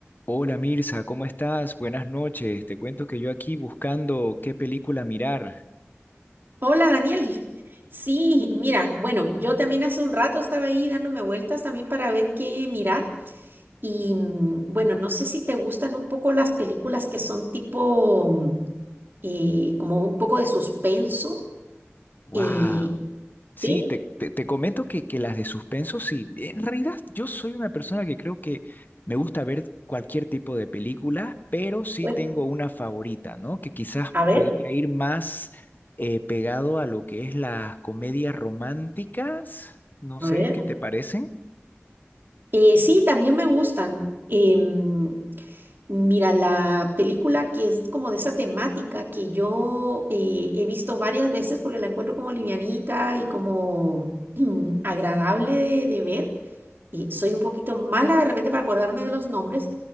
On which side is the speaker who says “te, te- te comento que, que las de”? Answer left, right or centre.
Left